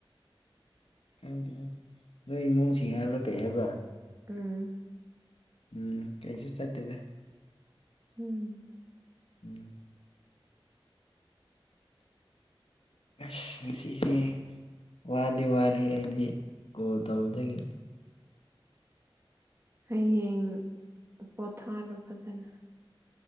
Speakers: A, on the left (about 90°); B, on the right (about 30°).
A: ꯈꯪꯗꯦꯍꯦ ꯅꯣꯏ ꯏꯃꯨꯡꯁꯤꯡ ꯍꯥꯏꯕ꯭ꯔꯥ ꯀꯩ ꯍꯥꯏꯕ꯭ꯔꯥ
B: ꯎꯝ
A: ꯎꯝ ꯀꯩꯁꯨ ꯆꯠꯇꯦꯗ
B: ꯎꯝ
A: ꯎꯝ ꯑꯥꯏꯁ ꯉꯁꯤꯁꯦ ꯋꯥꯗꯤ ꯋꯥꯔꯦꯍꯦ ꯍꯥꯏꯗꯤ ꯀꯣꯜ ꯇꯧꯕꯗꯒꯤꯅꯤ
B: ꯍꯌꯦꯡ ꯄꯣꯊꯥꯔꯣ ꯐꯖꯅ